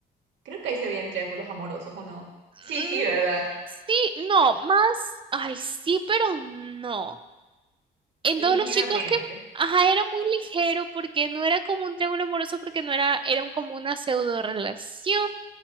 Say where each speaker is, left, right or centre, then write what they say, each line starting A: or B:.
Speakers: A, on the right (about 75°); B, on the right (about 25°).
A: Creo que ahí se veían triángulos amorosos, ¿o no? Sí,
B: Mm,
A: sí, ¿verdad?
B: sí, no, más, ay, sí, pero no. En
A: Ligeramente.
B: todos los chicos que, ajá, era muy ligero porque no era como un triángulo amoroso, porque no era, era un- como una pseudo relación